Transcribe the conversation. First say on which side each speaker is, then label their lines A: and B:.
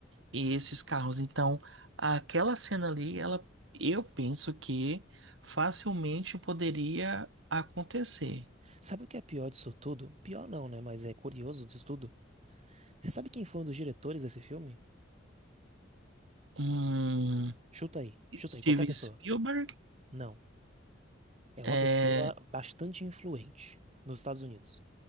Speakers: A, on the right; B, on the right.
A: esses carros. Então, aquela cena ali, ela, eu penso que facilmente poderia acontecer.
B: Sabe o que é pior disso tudo? Pior não, né? Mas é curioso disso tudo. Você sabe quem foi um dos diretores desse filme?
A: Hum,
B: Chuta aí, chuta
A: Steven
B: aí, qualquer pessoa.
A: Spielberg,
B: Não, é
A: é,
B: uma pessoa bastante influente nos Estados Unidos.